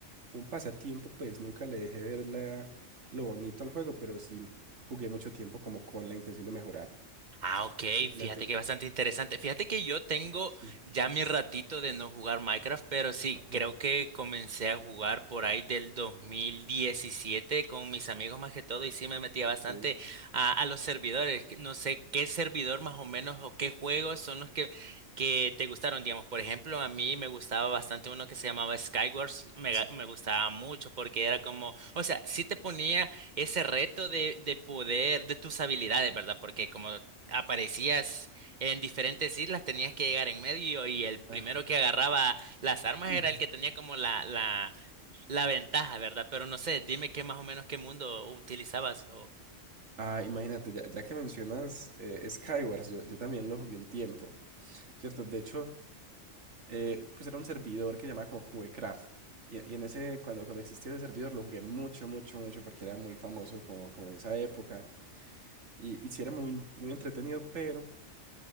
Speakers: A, on the right; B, on the right.
A: un pasatiempo, pues nunca le dejé ver la, lo bonito al juego, pero sí jugué mucho tiempo como con la intención de mejorar.
B: Ah, ok,
A: Imagínate.
B: fíjate que bastante interesante. Fíjate que yo tengo
A: Sí.
B: ya mi ratito de no jugar Minecraft, pero sí,
A: Ajá.
B: creo que comencé a jugar por ahí del 2017 con mis amigos más que todo y sí me metía
A: Ok.
B: bastante a, a los servidores. Que No sé qué servidor más o menos o qué juegos son los que, que te gustaron, digamos. Por ejemplo, a mí me gustaba bastante uno que se llamaba Skyward, me,
A: Sí.
B: ga- me gustaba mucho porque era como, o sea, sí te ponía ese reto de, de poder, de tus habilidades, ¿verdad? Porque como aparecías en diferentes islas, tenías que llegar en medio y el primero
A: Ajá.
B: que agarraba las armas
A: <clears throat>
B: era el que tenía como la, la, la ventaja, ¿verdad? Pero no sé, dime qué más o menos qué mundo utilizabas o...
A: Ah, imagínate, ya, ya que mencionas eh, Skywars, yo, yo también lo jugué un tiempo, ¿cierto? De hecho, eh, pues era un servidor que llamaba como QECraft. Y, y en ese, cuando, cuando existía ese servidor, lo jugué mucho, mucho, mucho, porque era muy famoso como, como en esa época. Y, y sí era muy, muy entretenido, pero